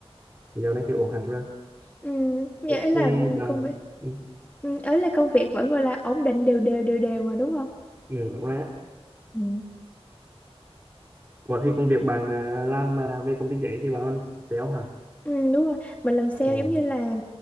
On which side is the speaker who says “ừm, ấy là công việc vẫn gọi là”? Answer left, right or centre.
Left